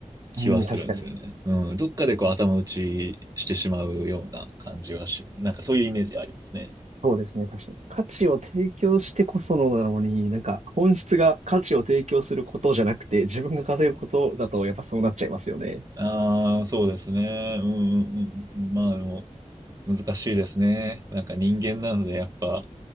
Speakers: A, on the right (about 30°); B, on the right (about 65°).
A: 気はするんですよね。
B: うん、確かに。
A: うん、どっかでこう頭打ちしてしまうような感じはし、なんかそういうイメージありますね。
B: そうですね、確かに。価値を提供してこそのなのに、なんか本質が価値を提供することじゃなくて、自分が稼ぐことだとやっぱそうなっちゃいますよね。
A: ああ、そうですね。うんうんうん。まあでも、難しいですね。なんか人間なのでやっぱ、